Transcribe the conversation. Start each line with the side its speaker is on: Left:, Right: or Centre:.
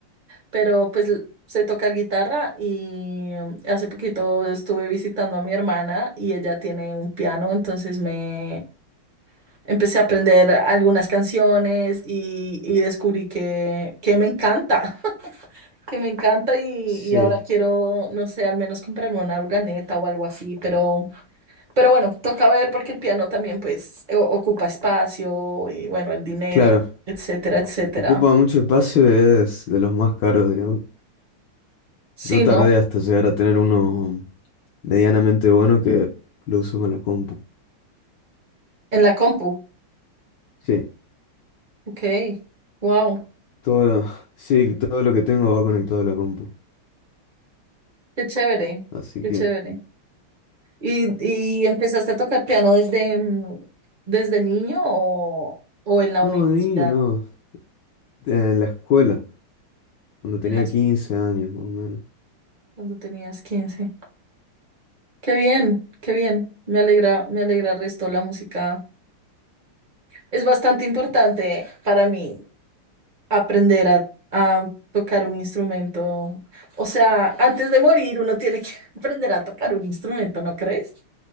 Right: pero pues l- sé tocar guitarra y um, hace poquito estuve visitando a mi hermana y ella tiene un piano, entonces me empecé a aprender algunas canciones y, y descubrí que, que me encanta, <laughs> que me encanta y,
Left: sí,
Right: y ahora quiero, no sé, al menos comprarme una organeta o algo así, pero, pero bueno, toca ver porque el piano también pues o- ocupa espacio y bueno, el dinero,
Left: claro.
Right: etcétera, etcétera.
Left: Ocupa mucho espacio y es de los más caros, digamos.
Right: Sí,
Left: Yo tardé
Right: ¿no?
Left: hasta llegar a tener uno medianamente bueno que lo uso con la compu.
Right: En la compu.
Left: Sí,
Right: Ok, wow.
Left: todo, sí, todo lo que tengo va conectado a la compu.
Right: Qué chévere,
Left: Así
Right: qué
Left: que,
Right: chévere. ¿Y, y empezaste a tocar piano desde, mm, desde niño o, o en la
Left: no,
Right: universidad,
Left: de niño, no. En la escuela, cuando tenía
Right: en la escuela,
Left: 15 años, más o menos.
Right: cuando tenías quince Qué bien, qué bien. Me alegra, me alegra el resto la música. Es bastante importante para mí aprender a, a tocar un instrumento. O sea, antes de morir uno tiene que <laughs> aprender a tocar un instrumento, ¿no crees?